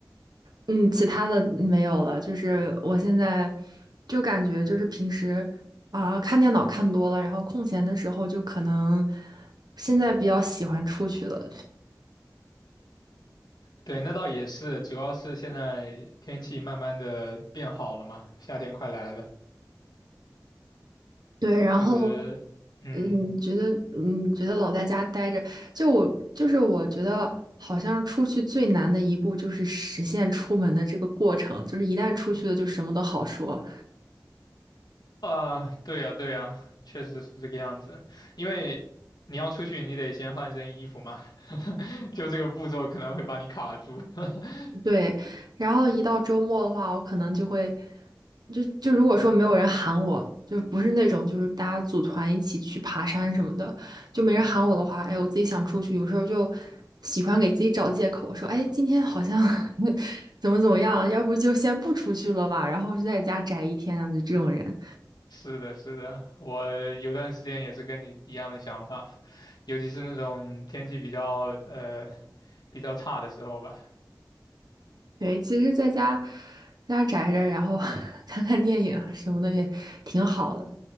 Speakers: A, on the right (about 70°); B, on the left (about 75°).
A: 嗯，其他的没有了，就是我现在就感觉就是平时啊、看电脑看多了，然后空闲的时候就可能现在比较喜欢出去了，
B: 对，那倒也是，主要是现在天气慢慢的变好了嘛，夏天快来了，
A: 对，然后
B: 确实，嗯，
A: 嗯觉得嗯觉得老在家待着，就我就是我觉得好像出去最难的一步就是实现出门的这个过程，就是一旦出去了就什么都好说。
B: 啊，对呀，对呀，确实是这个样子。因为你要出去，你得先换身衣服嘛，<laughs> 就这个步骤可能会把你卡住。<laughs>
A: 对，然后一到周末的话，我可能就会，就就如果说没有人喊我，就不是那种就是大家组团一起去爬山什么的，就没人喊我的话，哎，我自己想出去，有时候就喜欢给自己找借口，说，哎，今天好像 <laughs> 怎么怎么样，要不就先不出去了吧，然后就在家宅一天，就这种人。
B: 是的，是的，我有段时间也是跟你一样的想法，尤其是那种天气比较呃比较差的时候吧。
A: 对，其实在家在家宅着，然后 <laughs> 看看电影啊什么的也挺好的。